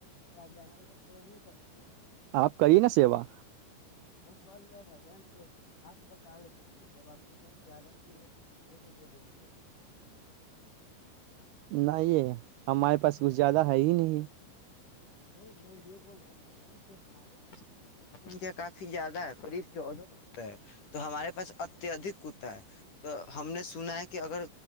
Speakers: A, on the left; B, on the right.
A: کہ آپ جانور کا سیوا نہیں کرتے
B: آپ کریے نا سیوا
A: ہم کر رہے بھائی ج تو ہاتھ بٹا لینا چاہیے جب آپ کے پاس زیادہ فیز ہو تو دوسرے کو دے دینا چاہیےہ
B: نہیں
A: ماترا
B: یہ
A: میں ہے
B: ہمارے پاس کچھ زیادہ ہے ہی نہیں
A: نہیں میں یہ بول رہا بھائی جان کہ ہمارے پاس کتوں کی سنکھیا کافی زیادہ ہے قریب چودہ کتا ہے تو ہمارے پاس اتیہدک کتا ہے تو ہم نے سنا ہے کہ اگر